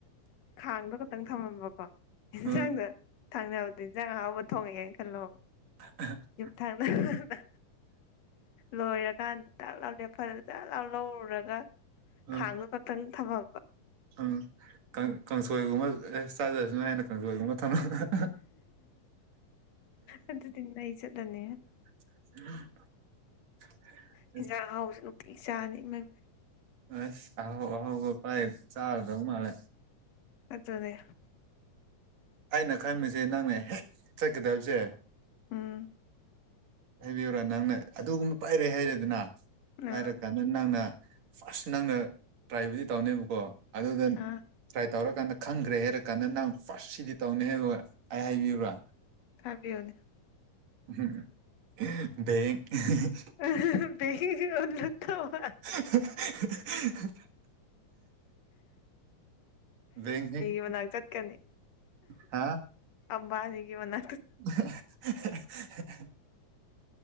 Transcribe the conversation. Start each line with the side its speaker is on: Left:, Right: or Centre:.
Left: ꯈꯥꯡꯗꯣ ꯈꯛꯇꯪ ꯊꯝꯃꯝꯕꯀꯣ ꯑꯦꯟꯁꯥꯡꯗ
Right: ꯎꯝ
Left: ꯊꯥꯡꯅꯕꯗꯤ ꯌꯦꯟꯖꯥꯡ ꯑꯍꯥꯎꯕ ꯊꯣꯡꯉꯤꯅꯦ ꯈꯜꯂꯣ
Right: <unintelligible>
Left: ꯌꯨꯝ ꯊꯪꯅꯕꯗ ꯂꯣꯏꯔꯀꯥꯟꯗ ꯗꯛ ꯂꯥꯎ ꯂꯦꯞꯐꯜꯂ ꯗꯛ ꯂꯥꯎ ꯂꯧꯔꯨꯔꯒ
Right: ꯎꯝ
Left: ꯈꯥꯡꯗꯣ ꯈꯛꯇꯪ ꯊꯝꯃꯝꯕ
Right: ꯎꯝ ꯀꯥꯡ ꯀꯥꯡꯁꯣꯏꯒꯨꯝꯕ ꯑꯦ ꯆꯥꯖꯔꯁꯨꯅ ꯍꯥꯏꯅ ꯀꯥꯡꯁꯣꯏꯒꯨꯝꯕ ꯊꯝ <unintelligible>
Left: ꯑꯗꯨꯗꯤ ꯅꯩ ꯆꯠꯂꯅꯤ
Right: <unintelligible>
Left: ꯑꯦꯟꯖꯥꯡ ꯑꯍꯥꯎꯕꯁꯨ ꯅꯨꯡꯇꯤ ꯆꯥꯔꯤ ꯏꯃꯩꯄꯦꯝꯃ
Right: ꯑꯁ ꯑꯍꯥꯎ ꯑꯍꯥꯎ ꯕ ꯄꯥꯏ ꯆꯥꯒꯗꯧ ꯃꯥꯟꯂꯦ
Left: ꯑꯗꯨꯗꯤ
Right: ꯑꯩꯅ ꯈꯟꯕꯁꯦ ꯅꯪꯅ ꯍꯦꯛ ꯆꯠꯀꯗꯕꯁꯦ
Left: ꯎꯝ
Right: ꯍꯥꯏꯕꯤꯌꯨꯔꯥ ꯅꯪꯅ ꯑꯗꯨꯒꯨꯝꯕ ꯄꯥꯏꯔꯦ ꯍꯥꯏꯔꯦꯗꯅ ꯄꯥꯏꯔꯛ
Left: ꯑꯥ
Right: ꯀꯟꯗ ꯅꯪꯅ ꯐꯥꯔꯁ ꯅꯪꯅ ꯇ꯭ꯔꯥꯏꯕꯨꯗꯤ ꯇꯧꯅꯦꯕꯀꯣ ꯑꯗꯨꯗ
Left: ꯑꯥ
Right: ꯇ꯭ꯔꯥꯏ ꯇꯧꯔ ꯀꯥꯟꯗ ꯈꯪꯒ꯭ꯔꯦ ꯍꯥꯏꯔ ꯀꯥꯟꯗ ꯅꯪ ꯐꯥꯔꯁ ꯁꯤꯗꯤ ꯇꯧꯅꯤ ꯍꯥꯏꯕ ꯑꯩ ꯍꯥꯏꯕꯤꯌꯨꯔ
Left: ꯍꯥꯏꯕꯤꯌꯨꯅꯦ
Right: <unintelligible> ꯗꯦꯡ <unintelligible>
Left: <unintelligible>
Right: <unintelligible> ꯕꯦꯡ <unintelligible>
Left: ꯃꯅꯥꯥꯛ ꯆꯠꯀꯅꯤ
Right: ꯍꯥ
Left: ꯑꯝꯕꯥꯅꯤꯒꯤ ꯃꯅꯥ
Right: <unintelligible>